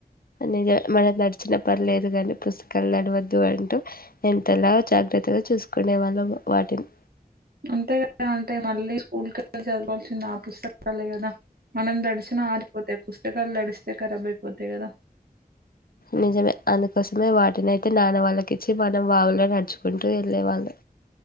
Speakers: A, on the left (about 70°); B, on the right (about 80°).
A: నిజం మనం తడిచిన పర్లేదు అ కాని పుస్తకాలు తడవద్దు అంటూ ఎంతలా జాగ్రత్తగా చూసుకునే వాళ్ళం వాటిని
B: అంతే కదా అంటే మళ్ళీ స్కూల్ కెళ్ళి చదవాల్సింది ఆ పుస్తకాలే కదా మనం తడిచిన ఆర్ పోతే పుస్తకాలు తడిస్తే కారబైపోతాయి కదా
A: నిజమే అందుకోసమే వాటిని నాన్న వాళ్ళకి ఇచ్చి మనం వాగులో నడుచుకుంటూ వెళ్ళే వాళ్ళు